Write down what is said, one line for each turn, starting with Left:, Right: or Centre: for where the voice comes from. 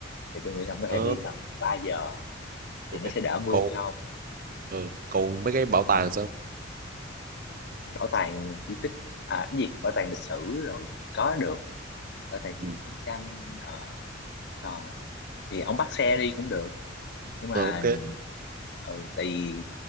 Left: thì tôi nghĩ là ông có thể
Right: ờ
Left: đi tầm 3 giờ
Right: ok
Left: thì nó sẽ đỡ mưa
Right: còn
Left: cho ông
Right: ờ, còn mấy cái bảo tàng
Left: ừ.
Right: sao
Left: bảo tàng di tích à cái gì bảo tàng lịch sử rồi có được bảo tàng
Right: ừ
Left: chiến tranh ờ Ờ, thì ông bắt xe đi cũng được nhưng mà
Right: ờ ok
Left: ừ, tại vì